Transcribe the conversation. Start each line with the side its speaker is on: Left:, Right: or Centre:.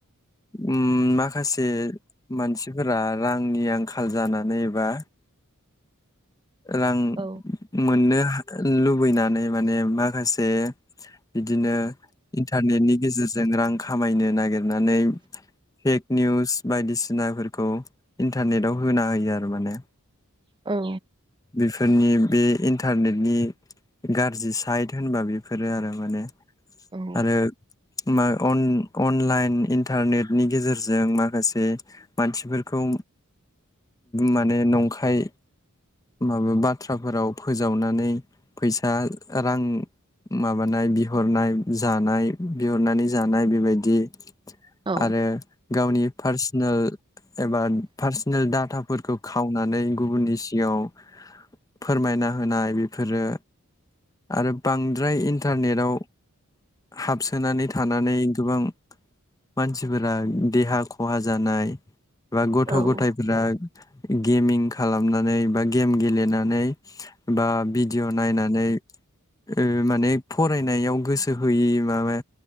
Left: उम माखासे जे मानसिफोरा रांनि आंखाल जानानै एबा रां
Right: औ
Left: मोननो हा लुबैनानै माने माखासे बिदिनो इन्टारनेटनि गेजेरजों रां खामायनो नागिरनानै फेक निउस बायदिसिनाफोरखौ इन्टारनेटाव होना होयो आरो माने
Right: औ
Left: बेफोरनि बे इन्टारनेटनि गारजि साइट होनबा बेफोरो आरो माने
Right: औ
Left: आरो मा अन अनलाइन इन्टारनेटनि गेजेरजों माखासे मानसिफोरखौ माने नंखाय माबा बाथ्राफोराव फोजावनानै फैसा रां माबानाय बिहरनाय जानाय बिहरनानै जानाय बेबायदि
Right: औ
Left: आरो गावनि पार्सोनेल एबा पार्सोनेल डाटाफोरखौ खावनानै गुबुननि सिगाङाव फोरमायना होनाय बेफोरो आरो बांद्राय इन्टारनेटाव हाबसोनानै थानानै गोबां मानसिफोरा देहा खहा जानाय बा गथ'
Right: औ
Left: गथायफोरा गेमिं खालामनानै बा गेम गेलेनानै बा भिडिअ' नायनानै ओ माने फरायनायाव गोसो होयि माबा